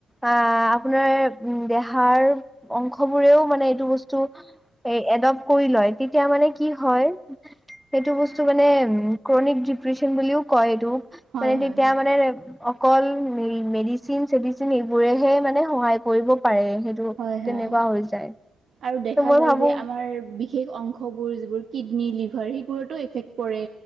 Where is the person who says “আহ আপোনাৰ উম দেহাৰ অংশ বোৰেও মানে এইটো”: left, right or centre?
Centre